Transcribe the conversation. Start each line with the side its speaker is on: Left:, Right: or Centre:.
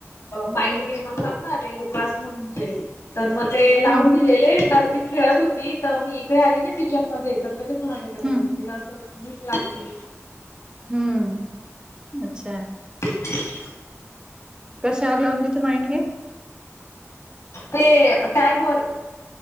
Left: माइंड गेम असतात ना ते लुकास म्हणून चेस तर मग ते लावून
Right: हम्म
Left: दिलेले, तर ती खेळत होती तर मी इकडे आली ना किचन मध्ये तर लगेच माझ्याकडे.
Right: हम्म
Left: तिला अस भूक लागते.
Right: हम्म अच्छा
Left: <inaudible>
Right: कशावर लावून देते माईंड गेम?
Left: ते टॅब वर.